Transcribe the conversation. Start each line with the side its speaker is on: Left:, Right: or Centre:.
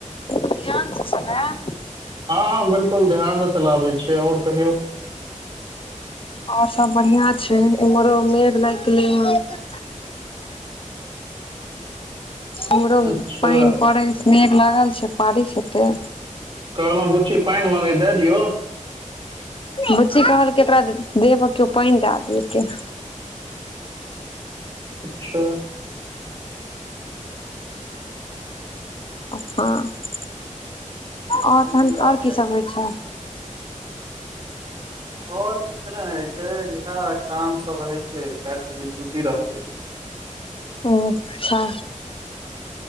Left: ध्यानसँ चलेब
Right: हँ हँ बिल्कुल ध्यान से चलाबै छियै आओर कहियौ
Left: आओर सब बढ़ियाँ छै इम्हरो मेघ लागि गेलै हन इम्हरो
Right: अच्छा
Left: पानि पड़ै मेघ लागल छै पारीश हेतै
Right: कहलौं बुच्ची पानि मंगैहै दै दियौ
Left: बुच्ची कहलकै एकरा देह पर केओ पानि दए देलकै
Right: अच्छा
Left: <unintelligible> <unintelligible>
Right: ठीक छै
Left: आओर
Right: हिन्दी
Left: तहन
Right: मे बात
Left: आओर कीसभ
Right: कैर
Left: होइ छै
Right: आओर किछु नय होय छै इहे काम सब होय छै काल्हि से जे ड्यूति रहतै
Left: ओ अच्छा